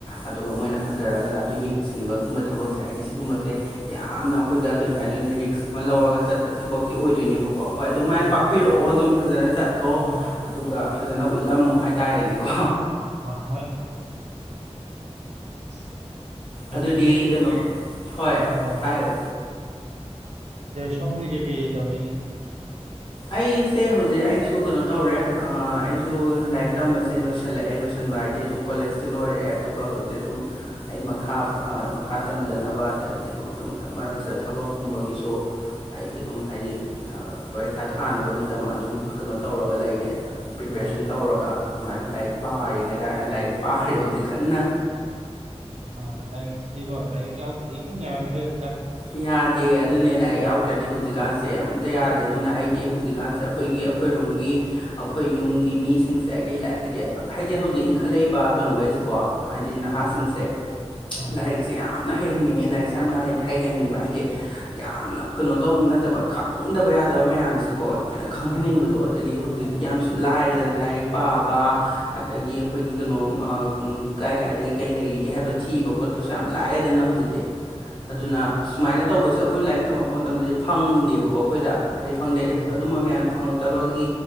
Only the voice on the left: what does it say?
ꯑꯗꯨꯒ ꯃꯣꯏꯅ ꯐꯖꯔꯒꯅ ꯑꯗꯨ ꯌꯦꯡꯁꯤꯟꯕꯒꯨꯝꯕ ꯊꯕꯛꯁꯦ ꯍꯥꯏꯗꯤ ꯁꯤꯒꯨꯝꯕꯁꯦ ꯌꯥꯝꯅ
ꯑꯩꯈꯣꯏꯗ ꯀꯩꯅꯣ ꯍꯥꯏꯗꯣꯏꯅꯦ ꯔꯤꯛꯁ ꯑꯃ ꯂꯧꯔꯒ ꯆꯠꯄ ꯊꯕꯛꯇꯤ ꯑꯣꯏꯗꯣꯏꯅꯦꯕꯀꯣ ꯍꯣꯏ ꯑꯗꯨ ꯃꯥꯏ
ꯄꯥꯛꯄꯤꯔꯛꯑꯣ ꯑꯗꯨꯝ ꯐꯖꯅ ꯆꯠꯂꯣ
ꯑꯗꯨꯒ ꯐꯖꯅ ꯎꯠꯂꯝꯃꯣ ꯍꯥꯏꯇꯥꯔꯦꯅꯦꯀꯣ
ꯑꯗꯨꯗꯤ ꯀꯩꯅꯣ ꯍꯣꯏ
ꯍꯥꯏꯌꯣ
ꯑꯩꯁꯦ ꯍꯧꯖꯤꯛ ꯑꯩꯁꯨ ꯀꯩꯅꯣ ꯇꯧꯔꯦ ꯑꯩꯁꯨ ꯂꯥꯏꯔꯤꯛ ꯇꯝꯕꯁꯦ ꯂꯣꯏꯁꯤꯜꯂꯛꯑꯦ ꯂꯣꯏꯜꯦ ꯊꯤꯟꯕ ꯍꯥꯏꯗꯤ ꯑꯗꯨꯝ ꯀꯣꯂꯦꯖꯇꯤ ꯂꯣꯏꯔꯦ ꯑꯗꯨꯒ ꯍꯧꯖꯤꯛ ꯑꯗꯨꯝ ꯑꯩ ꯃꯈꯥ ꯃꯈꯥ ꯇꯝꯗꯅꯕ ꯑꯗꯒꯤ ꯀꯩꯅꯣ ꯑꯗꯨꯝ ꯃꯔꯛꯁꯤꯗ ꯊꯕꯛꯀꯨꯝꯕꯒꯤꯁꯨ ꯑꯩꯒꯤ ꯑꯗꯨꯝ ꯍꯥꯏꯗꯤ ꯄꯔꯤꯈꯥ ꯊꯥꯅꯕꯒꯤꯗꯃꯛ ꯑꯗꯨꯝ ꯀꯩꯅꯣ ꯇꯧꯔꯒ ꯂꯩꯔꯦꯕ ꯄ꯭ꯔꯤꯄꯦꯔꯦꯁꯟ
ꯇꯧꯔꯒ ꯑꯗꯨꯃꯥꯏꯅ ꯂꯥꯏꯔꯤꯛ ꯄꯥꯔꯤ ꯍꯥꯏꯇꯥꯔꯦꯅꯦ ꯂꯥꯏꯔꯤꯛ ꯄꯥꯔꯤ ꯍꯧꯖꯤꯛ ꯀꯟꯅ
ꯌꯥꯗꯦ ꯑꯗꯨꯅꯦ ꯂꯥꯏꯔꯤꯛ ꯌꯥꯎꯗ꯭ꯔꯗꯤ ꯍꯧꯖꯤꯛꯀꯥꯟꯁꯦ ꯑꯝꯇ ꯌꯥꯗꯦ ꯑꯗꯨꯅ ꯑꯩꯗꯤ ꯍꯧꯖꯤꯛꯀꯥꯟꯁꯦ ꯑꯩꯈꯣꯏꯒꯤ ꯑꯩꯈꯣꯏꯔꯣꯝꯒꯤ ꯑꯩꯈꯣꯏ ꯌꯨꯝꯒꯤ ꯃꯤꯁꯤꯡꯁꯦ ꯍꯥꯏꯗꯤ ꯂꯥꯛꯑꯦꯗꯤ ꯍꯥꯏꯗꯤ ꯍꯧꯖꯤꯛ ꯏꯟꯈꯠꯂꯛꯏꯕ ꯀꯩꯅꯣꯈꯩꯁꯤꯀꯣ ꯍꯥꯏꯗꯤ ꯅꯍꯥꯁꯤꯡꯁꯦ
ꯂꯥꯏꯔꯤꯛꯁꯦ ꯌꯥꯝꯅ ꯍꯩꯍꯟꯅꯤꯡꯉꯦ ꯂꯥꯏꯔꯤꯛꯁꯦ ꯌꯥꯝꯅ ꯍꯩ ꯍꯩꯍꯟꯅꯤꯡꯕ ꯍꯥꯏꯗꯤ ꯌꯥꯝꯅ ꯀꯩꯅꯣ ꯇꯧꯕ ꯅꯠꯇꯕ ꯈꯪꯗꯕ ꯌꯥꯗꯕ ꯃꯌꯥꯝꯁꯤꯀꯣ ꯍꯥꯏꯅ ꯈꯪꯍꯟꯅꯤꯡꯕꯗꯣ
ꯑꯗꯒꯤ ꯍꯧꯖꯤꯛꯇꯤ
ꯌꯥꯝꯁꯨ ꯂꯥꯏꯔꯦꯗꯅ ꯂꯥꯏꯔꯤꯛ ꯄꯥꯕ ꯑꯗꯒꯤ ꯑꯩꯈꯣꯏꯒꯤ ꯀꯩꯅꯣ ꯀꯥꯏ ꯀꯥꯏꯗꯒꯤ ꯀꯩ ꯂꯩꯔꯤꯒꯦ ꯍꯥꯏꯕ ꯊꯤꯕ ꯈꯣꯠꯄꯁꯨ ꯌꯥꯝ ꯂꯥꯛꯑꯦꯗꯅ ꯍꯧꯖꯤꯛꯇꯤ
ꯑꯗꯨꯅ ꯁꯨꯃꯥꯏꯅ ꯇꯧꯕꯁꯦ ꯑꯩꯈꯣꯏꯅ ꯂꯥꯏꯔꯤꯛ ꯇꯝꯃꯛꯄ ꯃꯇꯝꯗꯗꯤ ꯐꯪꯗꯦꯕꯀꯣ ꯑꯩꯈꯣꯏꯗ ꯍꯥꯏꯗꯤ ꯐꯪ ꯦꯏꯔꯦꯛ
ꯑꯗꯨꯝꯕ ꯃꯌꯥꯝ ꯐꯪꯉꯛꯇꯕꯒꯤ